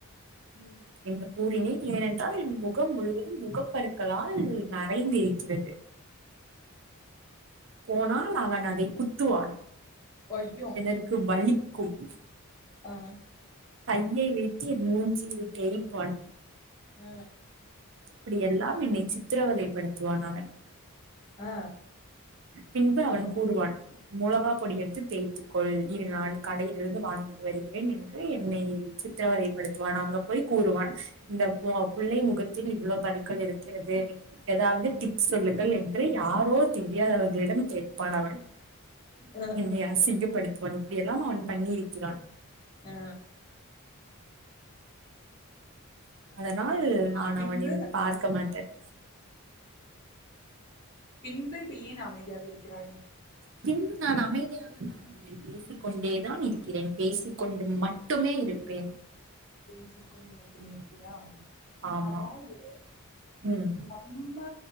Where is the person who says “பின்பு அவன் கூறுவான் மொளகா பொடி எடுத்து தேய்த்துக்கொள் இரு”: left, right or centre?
Right